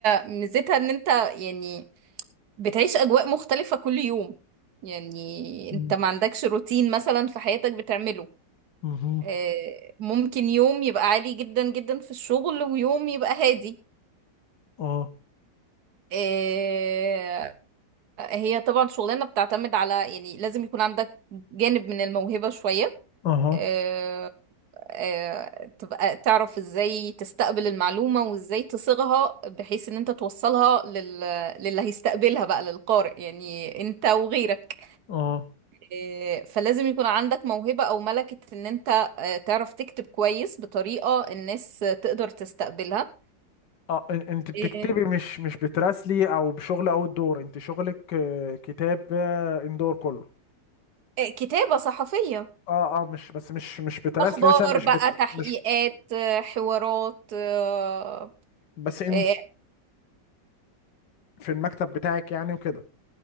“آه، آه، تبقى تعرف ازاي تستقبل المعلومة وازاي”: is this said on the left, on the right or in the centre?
Right